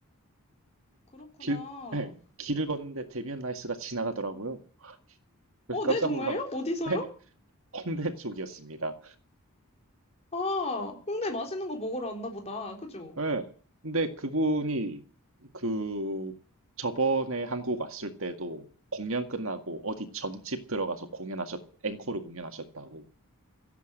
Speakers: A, on the left; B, on the right.
A: 그렇구나.
B: 길, 네, 길을 걷는데 데미안 라이스가 지나가더라고요. 그래서
A: 어,
B: 깜짝
A: 네, 정말요?
B: 놀라,
A: 어디서요?
B: 네, 홍대 쪽이었습니다.
A: 아, 홍대 맛있는 거 먹으러 왔나 보다. 그죠?
B: 예. 근데 그분이 그 저번에 한국 왔을 때도 공연 끝나고 어디 전집 들어가서 공연하셨, 앵콜을 공연하셨다고.